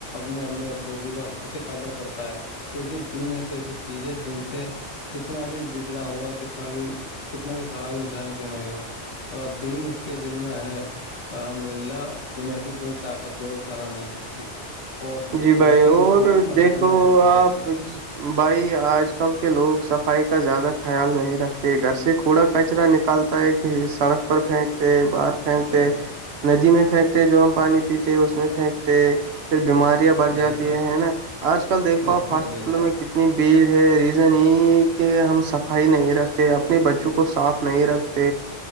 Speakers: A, on the left; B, on the right.
A: اپنے امی ابو کی وہ اچھے سے قدر کرتا ہے کیونکہ دن ایک ایسی چیز ہے دن سے کتنا بھی بگڑا ہوا کتنا بھی کتنا بھی خراب انسان کیوں نہیں ہو اور دین اس کے دل میں ہے الحمد للہ دنیا کی کوئی طاقت جو ہے اترا نہیں سکتی اور
B: جی بھائی
A: اس کی
B: اور
A: تمام پریشانیاں
B: دیکھو
A: دور کر
B: آپ
A: دیتی ہے
B: بھائی آج کل کے لوگ صفائی کا زیادہ خیال نہیں رکھتے گھر سے کوڑا کچرا نکالتا ہے سڑک پر پھینکتے باہر پھینکتے
A: بے شک
B: ندی میں پھینکتے جو ہم پانی پیتے اس میں پھینکتے پھر بیماری بڑ جات
A: بے شک
B: ہے نا آج کل دیکھوپ
A: بے شک
B: ہاسپٹلوں
A: بے شک
B: میں کنی اتنی بھیڑ ہے ریزن یہی ہے کہ ہم صفائی نہیں رکھتے اپنے بچوں کو صاف نہیں رکھ تو